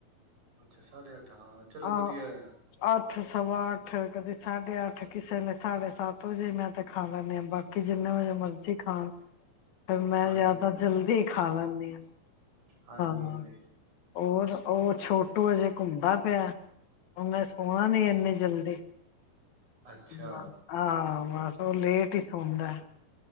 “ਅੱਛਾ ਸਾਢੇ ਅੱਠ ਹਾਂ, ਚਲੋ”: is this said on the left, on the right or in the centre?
Right